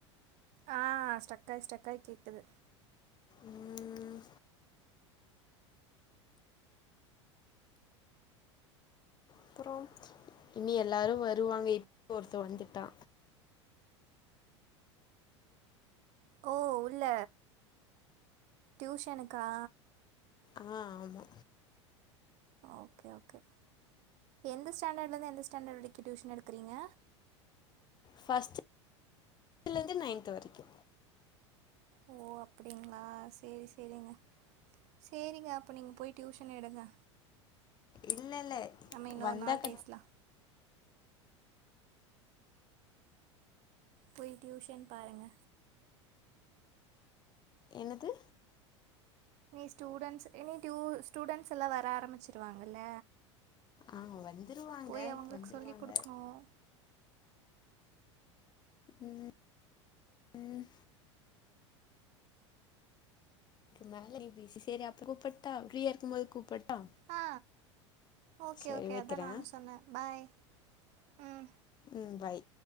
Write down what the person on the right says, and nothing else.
ஆ ஸ்ட்ரக்காயி ஸ்ட்ரக்காயி கேக்குது
ஓ உள்ள டியூஷனுக்கா
ஓகே ஓகே எந்த ஸ்டாண்டர்ட்ல இருந்து எந்த ஸ்டாண்டர்ட் வரைக்கு டியூஷன் எடுக்கிறீங்க
ஓ அப்டிங்களா சேரி சேரிங்க சேரிங்க அப்ப நீங்க போய் டியூஷன் எடுங்க
நம்ம இன்னொரு
நாள்
பேசலா போய் டியூஷன் பாருங்க
நீ ஸ்டூடெண்ட்ஸ் இனி ட்யு ஸ்டூடெண்ட்ஸ் எல்லா வர ஆரம்பிச்சிருவாங்கல்ல
போய் அவங்களுக்கு
சொல்லி கொடுக்கணும்
ஆ ஓகே
ஓகே
அதான் நானு சொன்னே பாய் ம்